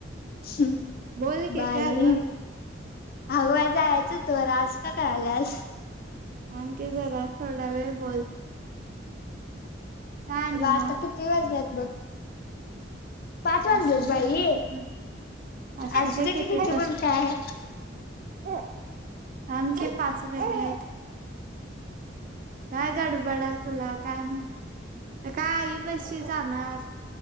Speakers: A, on the left; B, on the right.
A: ह्हं,
B: बोल की
A: बाई.
B: काय ग
A: आगं बाय जायचं होतं मला. आसं का करायल्यास?
B: थांब की जरा थोडा वेळ बोल. काय आणि
A: अग
B: मग
A: आता किती वाजलेत बघ. पाच वाजलेत
B: असुदे
A: बाई
B: किती तर, असुदे
A: असू दे
B: किती
A: की
B: तर.
A: पण काय
B: थांब की पाच मिनीटे. काय गडबडय तुला काय माहित? काय आई पशी जाणार.